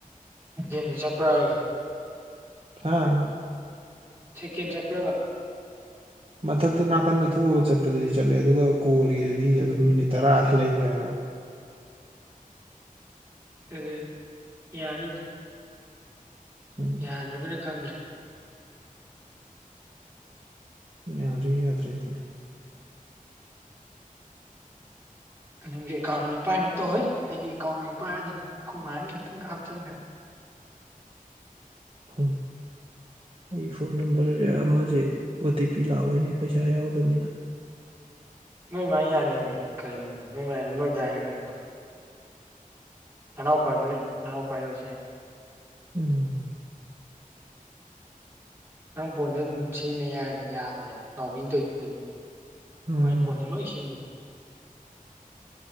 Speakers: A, on the right; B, on the right.
A: ꯗꯦꯝꯗ ꯆꯠꯄ꯭ꯔꯍꯥꯏꯔꯒ
B: ꯍꯥꯥ
A: ꯁꯦꯀꯦꯟ ꯆꯠꯄ꯭ꯔꯕ
B: ꯃꯊꯛꯇ ꯅꯥꯀꯟꯗ ꯊꯣꯛꯑꯒ ꯆꯠꯄꯗꯨꯗꯤ ꯆꯠꯂꯦ ꯑꯗꯨꯒ ꯀꯣꯜꯒꯤꯗꯨꯗꯤ ꯑꯗꯨꯝ ꯃꯤꯅꯤꯠ ꯇꯔꯥꯗ ꯂꯩꯒ꯭ꯔꯦꯕ <inaudible>
A: ꯑꯗꯨ ꯌꯥꯅꯤꯗ
B: ꯎꯝ
A: ꯌꯥꯗ꯭ꯔꯒꯅ ꯈꯪꯗ꯭ꯔꯦ
B: ꯌꯥꯗ꯭ꯔ ꯌꯥꯗ꯭ꯔꯦꯗꯅ
A: ꯅꯪꯖꯨ ꯑꯦꯀꯥꯎꯟ ꯑꯅꯤ ꯄꯥꯏꯅꯕ ꯇꯧꯍꯩ ꯑꯩꯖꯨ ꯑꯦꯀꯥꯎꯟ ꯑꯅꯤ ꯄꯥꯏꯔꯗꯕꯅꯤ ꯈꯣꯏ ꯃꯥꯒꯤ ꯑꯃꯇꯪꯒ ꯍꯥꯞꯆꯜꯂꯒ
B: ꯎꯝ ꯑꯩ phone number ꯑꯃꯖꯦ O T P ꯂꯥꯛꯑꯣꯏꯅꯦ ꯄꯩꯁꯥ ꯌꯥꯎꯗꯃꯤꯅ
A: ꯅꯣꯏ ꯃꯥ ꯌꯥꯅꯤ ꯃꯤ ꯀꯩꯅꯣ ꯅꯣꯏ ꯃꯥꯏꯔ ꯅꯣꯏ ꯗꯥꯏꯔ ꯀꯩꯅꯣꯝ ꯇꯧ ꯑꯅꯥꯎꯄꯖꯨ ꯂꯩ ꯑꯅꯥꯎꯄꯥꯏ ꯑꯣꯏꯔꯖꯨ ꯌꯥꯏ
B: ꯎꯝ
A: ꯅꯪ ꯐꯣꯟꯗ ꯑꯗꯨꯝ ꯁꯤꯖꯤꯟꯅ ꯌꯥ ꯌꯥꯕꯅꯦ ꯅꯥꯎꯕꯤꯅ ꯇꯣꯏꯗꯨ ꯑꯗꯨꯅꯤ
B: ꯎꯝ
A: ꯃꯥꯏ ꯐꯣꯟꯗꯣ ꯂꯣꯏ ꯁꯤꯖꯤꯟꯅꯩ